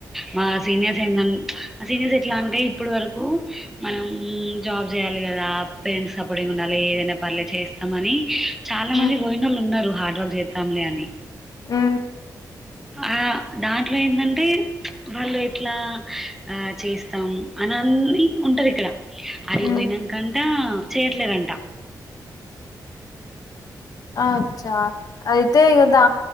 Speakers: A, in the centre; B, on the left.
A: మా సీనియర్స్ ఎన్ దన్ సీనియర్స్ ఎట్లా అంటే ఇప్పుడు వరకు మనం జాబ్ చేయాలి కదా పేరెంట్స్ సపోర్టింగ్ ఉండాలి ఏదైనా పర్లే చేస్తామని చాలా
B: ఉమ్
A: మంది వయిన వాళ్ళు ఉన్నారు హార్ లు చేద్దాంలే అని
B: ఆ
A: ఆ దాంట్లో ఏంటంటే వాళ్ళు ఎట్లా ఆ చేస్తాం అనిన్ని ఉంటారు ఇక్కడ అరిపోయిన
B: ఉమ్
A: కంట చేయట్లేదంట
B: అచ్చా అయితే కదా